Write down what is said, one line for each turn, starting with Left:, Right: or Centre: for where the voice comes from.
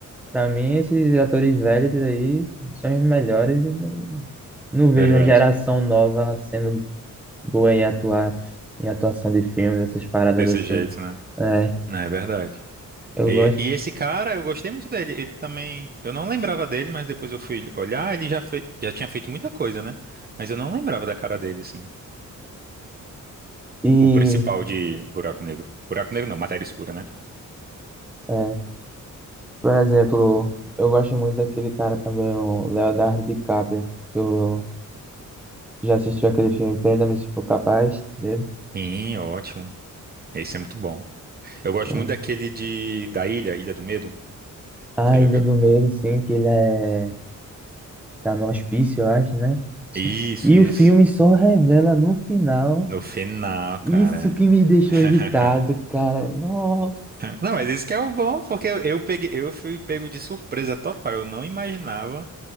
Centre: Pra mim, esses atores velhos aí são os melhores e não, não vejo
Right: Verdade.
Centre: uma geração nova sendo boa em atuar, em atuação de filmes, essas paradas
Right: Desse
Centre: assim.
Right: jeito, né?
Centre: É,
Right: Né, É verdade.
Centre: eu
Right: E,
Centre: gosto.
Right: e esse cara, eu gostei muito dele. Ele também. Eu não lembrava dele, mas depois eu fui olhar, ele já, fe... já tinha feito muita coisa, né? Mas eu não lembrava da cara dele, assim.
Centre: E,
Right: O principal de Buraco Negro. Buraco Negro não, Matéria Escura, né?
Centre: é, por exemplo, eu gosto muito daquele cara também, o Leonardo DiCaprio. Tu Já assistiu aquele filme Perdão-me se for capaz dele?
Right: Sim, ótimo. Esse é muito bom. Eu gosto
Centre: Bom.
Right: muito daquele de. Da Ilha, Ilha do Medo.
Centre: A
Right: Você já
Centre: Ilha
Right: viu?
Centre: do Medo, assim, que ele é... tá no hospício, eu acho, né?
Right: Isso,
Centre: E
Right: isso.
Centre: o filme só revela no final.
Right: No final, cara.
Centre: Isso que me deixou
Right: <laughs>
Centre: irritado, cara. Nossa.
Right: Não, mas esse que é o bom, porque eu eu peguei, eu fui pego de surpresa total. Eu não imaginava.